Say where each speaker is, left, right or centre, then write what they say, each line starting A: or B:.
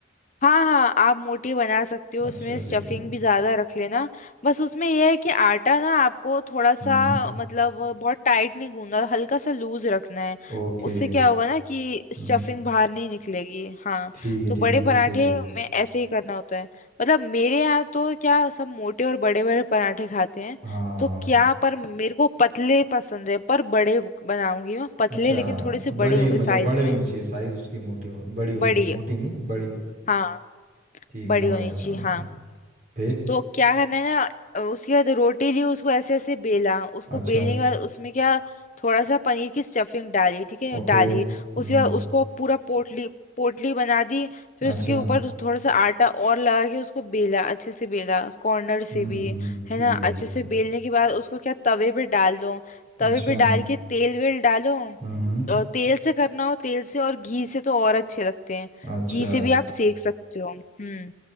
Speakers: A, on the left; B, on the right.
A: हाँ हाँ आप मोटी बना सकते हो
B: अच्छा
A: उसमें स्टफिंग
B: ठीक है
A: भी ज्यादा रख लेना बस उसमें यह है कि आटा ना आपको थोड़ा सा
B: हम्म
A: मतलब बहुत टाइट नहीं गूंदना हल्का सा लूज रखना है
B: ओके
A: उससे क्या होगा ना कि
B: हम्म
A: स्टफिंग बाहर नहीं निकलेगी हाँ
B: ठीक है
A: तो बड़े
B: ठीक है ये
A: पराठे
B: भी सही है
A: में ऐसे ही करना होता है मतलब मेरे यहाँ तो क्या सब मोटे और बड़े बड़े पराठे खाते हैं
B: हाँ
A: तो क्या पर मेरे को पतले पसंद है पर बड़े बनाऊंगी मैं पतले
B: अच्छा
A: लेकिन थोड़े से
B: बड़ी
A: बड़े होंगे
B: मतलब
A: साइज
B: बड़ी
A: में
B: होनी चाहिए साइज उसकी मोटी हो, बड़ी होनी
A: बड़ी
B: चाहिए मोटी नहीं बड़ी
A: हाँ
B: ठीक
A: बड़ी
B: है समझ
A: होनी
B: गया
A: चाहिए
B: समझ
A: हाँ
B: गया फिर
A: तो क्या करना है ना उसके बाद रोटी ली उसको ऐसे ऐसे बेला उसको
B: अच्छा
A: बेलने के बाद उसमें क्या थोड़ा सा पनीर की स्टफिंग डाली ठीक है
B: ओके
A: डाली
B: हम्म
A: उसके बाद उसको पूरा पोटली पोटली बना दी फिर
B: अच्छा
A: उसके ऊपर थोड़ा सा आटा और लगा के उसको बेला अच्छे से बेला कॉर्नर से
B: हम्म
A: भी
B: हम्म ठीक
A: है ना
B: है
A: अच्छे
B: ठीक
A: से
B: है
A: बेलने के बाद उसको क्या तवे पे डाल दो तवे
B: अच्छा
A: पे डाल के तेल वेल डालो
B: हम्म
A: और तेल से करना हो तेल से और घी से तो और अच्छे लगते हैं
B: अच्छा
A: घी से भी आप सेक सकते हो हम्म